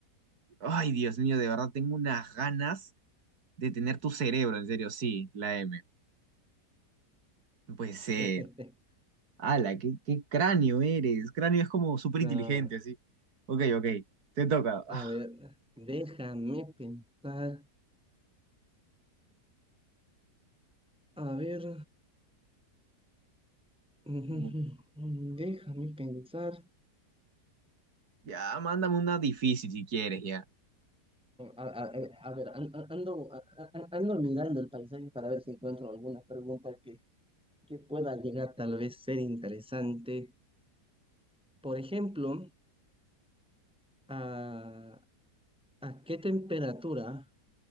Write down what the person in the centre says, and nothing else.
<laughs>
No,
A
ver, déjame pensar. A ver, <laughs>
déjame pensar.
A, a- a- a ver, an- an- ando, a- a- ando mirando el paisaje para ver si encuentro alguna pregunta que, que pueda llegar tal vez ser interesante. Por ejemplo, ¿a, a qué temperatura